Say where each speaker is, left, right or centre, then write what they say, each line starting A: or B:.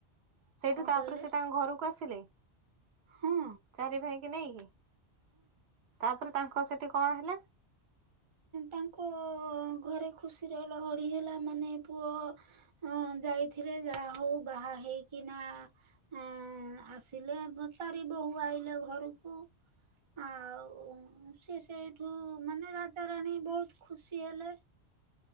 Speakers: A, on the right; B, on the right.
A: ସେଇଠୁ
B: କଣ
A: ତାପରେ
B: କହିଲେ
A: ସେ ତାଙ୍କ ଘରକୁ ଆସିଲେ?
B: ହୁଁ।
A: ଚାରି ଭାଇଙ୍କି ନେଇକି ତାପରେ ତାଙ୍କ ସେଠି କଣ ହେଲା?
B: ତାଙ୍କ ଘରେ ଖୁସିର ଲହଡ଼ି ହେଲା ମାନେ ପୁଅ ହଁ ଯାଇଥିଲେ ଯାହା ହୋଉ ବାହା ହେଇକି ନା ଏ ଆସିଲେ ଚାରି ବୋହୂ ଆଇଲେ ଘରକୁ। ଆଉ ସେ ସେଇଠୁ ମାନେ ରାଜାରାଣୀ ବୋହୁତ ଖୁସି ହେଲେ।